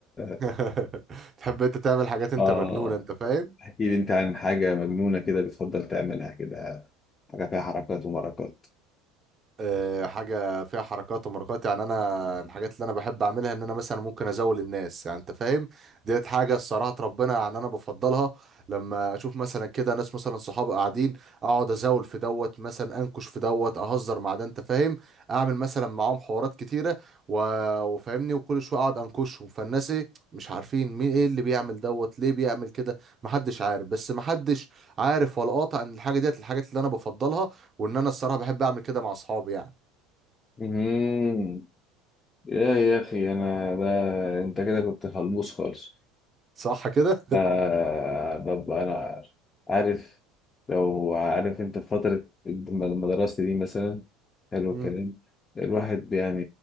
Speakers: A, on the left; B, on the right.
A: <laughs>
B: <laughs> تحب انت تعمل حاجات انت
A: آه
B: مجنونة انت فاهم
A: احكي لي أنت عن حاجة مجنونة كده بتفضل تعملها كده حاجة فيها حركات ومركات
B: آه، حاجه فيها حركات ومركات يعني انا الحاجات اللي انا بحب اعملها ان انا مثلا ممكن ازول الناس يعني انت فاهم ديت حاجه الصراحه ربنا يعني انا بفضلها لما اشوف مثلا كده ناس مثلا صحابي قاعدين اقعد ازول في دوت مثلا انكش في دوت اهزر مع ده انت فاهم اعمل مثلا معاهم حوارات كتيره و... وفاهمني وكل شويه اقعد انكشهم فالناس ايه مش عارفين مين ايه اللي بيعمل دوت ليه بيعمل كده محدش عارف بس محدش عارف ولا قاطع ان الحاجه ديت الحاجات اللي انا بفضلها وان انا الصراحه بحب اعمل كده مع اصحابي يعني
A: مهم. يا يا أخي أنا ده أنت كده كنت خلبوس خالص
B: صح كده
A: آه طب أنا عارف لو عارف أنت في فترة المدرسة دي مثلا حلو
B: <laughs>
A: الكلام
B: مم.
A: الواحد يعني